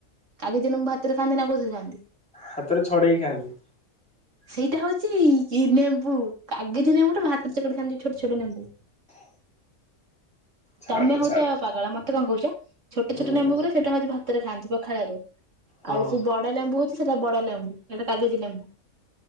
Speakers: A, on the right; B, in the centre.
A: କାଗିଜି ନେମ୍ୱୁ ଭାତରେ ଖାଆନ୍ତିନି ଆଉ କୋଉଥିରେ ଖାଆନ୍ତି?
B: ହାତରେ ଛଡେଇକି ଖାଆନ୍ତି।
A: ସେଇଟା ହଉଛି କି ନେମ୍ବୁ କାଗେଜି ନେମ୍ବୁ ଟା ଭାତରେ ଚକଟି ଖାଆନ୍ତି ଛୋଟ ଛୋଟ ନେମ୍ବୁ।
B: ଛାଡ
A: ତୋମେ ହଉଚ
B: ଛାଡ
A: ପାଗଳ ମୋତେ କଣ କହୁଚ, ଛୋଟ
B: ହୁଁ
A: ଛୋଟ ନେମ୍ବୁ ଗୁରା ସେଇଟା ହଉଛି ଭାତରେ ଖାଆନ୍ତି ପଖାଳରେ।
B: ହୁଁ।
A: ଆଉ ସେ ବଡ ଲେମ୍ବୁ ହଉଛି, ସେଟା ବଡ ଲେମ୍ବୁ ଏଟା କାଗେଜି ଲେମ୍ବୁ।